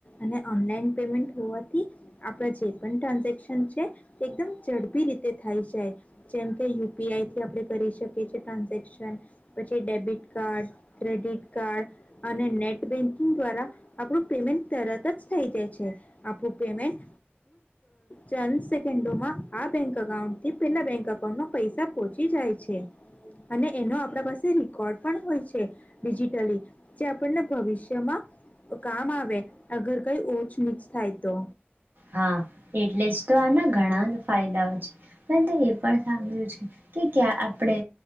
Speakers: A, on the left; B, on the right.
A: અને ઓનલાઈન પેમેન્ટ હોવાથી આપણા જે પણ ટ્રાન્ઝેક્શન છે. એકદમ ઝડપી રીતે થાય જાય જેમ કે યુપીઆઈથી આપણે કરી શકીએ છીએ ટ્રાન્ઝેક્શન પછી ડેબિટ કાર્ડ ક્રેડિટ કાર્ડ અને નેટ બેન્કિંગ દ્વારા આપણું પેમેન્ટ તરત જ થઈ જાય છે આપણું પેમેન્ટ ચંદ સેકન્ડોમાં આ બેંક અકાઉન્ટથી પેલા બેંક અકાઉન્ટમાં પૈસા પહોચી જાય છે અને એનો આપણા પાસે રેકોર્ડ પણ હોય છે ડિજિટલી જે આપણને ભવિષ્યમાં કામ આવે આ ઘર કઈ ઉંચનીચ થાય તો.
B: હા એટલે જ તો આના ઘણા ફાયદાઓ છે મે તો એ પણ સાંભળ્યું છે કે ક્યાં આપણે